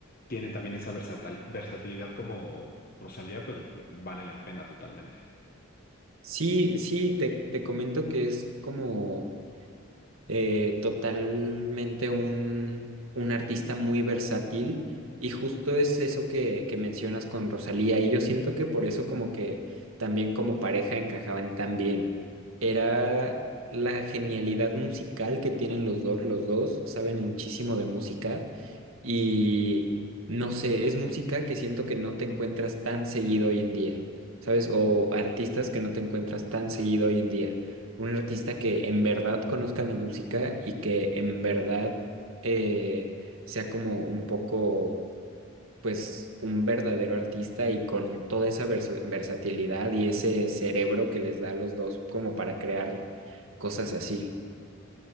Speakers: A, on the left; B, on the right.
A: tiene también esa versatil- versatilidad como Rosalía, pues vale la pena totalmente.
B: Sí, sí, te, te comento que es como... eh, totalmente un, un artista muy versátil y justo es eso que, que mencionas con Rosalía y yo siento que por eso como que también como pareja encajaban tan bien. Era la genialidad musical que tienen los dos, los dos saben muchísimo de música y no sé, es música que siento que no te encuentras tan seguido hoy en día. ¿Sabes? O artistas que no te encuentras tan seguido hoy en día un artista que en verdad conozca la música y que en verdad eh, sea como un poco, pues, un verdadero artista y con toda esa versa- versatilidad y ese cerebro que les da a los dos como para crear cosas así.